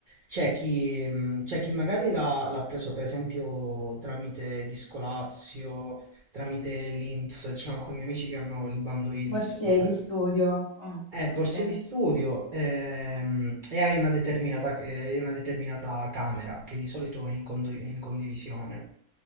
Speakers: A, on the right (about 50°); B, on the left (about 25°).
A: c'è chi, mh, c'è chi magari l'ha l'ha preso per esempio tramite Discolazio, tramite l'INPS, c'è alcuni miei amici che hanno il bando INPS,
B: Borse
A: per
B: di
A: esempio.
B: studio. Ah,
A: Eh,
B: ok.
A: borse di studio ehm, e hai una determinata, eh, una determinata camera che di solito è in, condo- in condivisione.